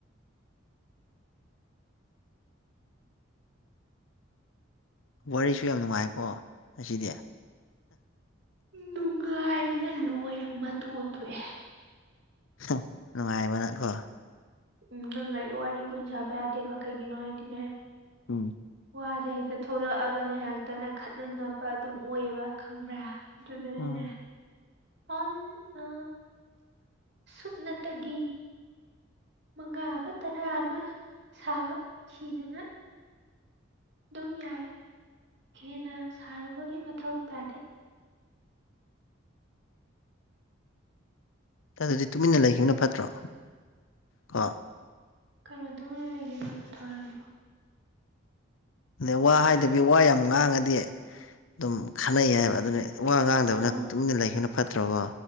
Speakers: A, on the left (about 75°); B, on the right (about 55°).
A: ꯋꯥꯔꯤꯁꯨ ꯌꯥꯝ ꯅꯨꯡꯉꯥꯏꯀꯣ ꯉꯁꯤꯗꯤ
B: ꯅꯨꯡꯉꯥꯏꯕꯗ ꯂꯣꯏꯔꯦ ꯃꯇꯣꯟ ꯊꯣꯛꯑꯦ
A: <unintelligible> ꯅꯨꯡꯉꯥꯏꯕꯅ ꯀꯣ
B: ꯎꯝ ꯅꯪ ꯑꯩ ꯋꯥꯔꯤ ꯀꯨꯏꯅ ꯁꯥꯕ ꯌꯥꯗꯦꯕ ꯀꯩꯒꯤꯅꯣ ꯍꯥꯏꯗꯤꯅꯦ
A: ꯎꯝ
B: ꯋꯥꯁꯦ ꯍꯦꯛꯇ ꯊꯣꯛꯂꯛꯑꯒꯅ ꯍꯦꯛꯇꯅꯦ ꯈꯠꯅꯅꯕ ꯑꯗꯨꯝ ꯑꯣꯏꯌꯦꯕ ꯈꯪꯕ꯭ꯔꯥ ꯑꯗꯨꯗꯨꯅꯅꯦ
A: ꯎꯝ
B: ꯍꯣꯟ ꯑ ꯁꯨꯞꯅꯇꯒꯤ ꯃꯉꯥ ꯑꯃ ꯇꯔꯥ ꯑꯃ ꯁꯥꯕ ꯁꯤꯗꯅ ꯑꯗꯨꯝ ꯌꯥꯔꯦ ꯍꯦꯟꯅ ꯁꯥꯔꯨꯕꯒꯤ ꯃꯊꯧ ꯇꯥꯗꯦ
A: ꯑꯗꯨꯗꯤ ꯇꯨꯃꯤꯟꯅ ꯂꯩꯈꯤꯕꯅ ꯐꯠꯇ꯭ꯔꯣ ꯀꯣ
B: ꯀꯩꯅꯣ ꯇꯨꯃꯤꯟꯅ ꯂꯩꯈꯤꯕꯅ ꯄꯠꯇ꯭ꯔꯥ ꯍꯥꯏꯁꯤꯗꯣ
A: ꯑꯗꯩ ꯋꯥ ꯍꯥꯏꯗꯕꯤ ꯋꯥ ꯌꯥꯝ ꯉꯥꯡꯉꯗꯤ ꯑꯗꯨꯝ ꯈꯟꯅꯩ ꯍꯥꯏꯕ ꯑꯗꯨꯅ ꯋꯥ ꯉꯥꯡꯗꯕꯅ
B: ꯑꯥ
A: ꯇꯨꯃꯤꯟꯅ ꯂꯩꯈꯤꯕꯅ ꯐꯠꯇ꯭ꯔꯕꯣ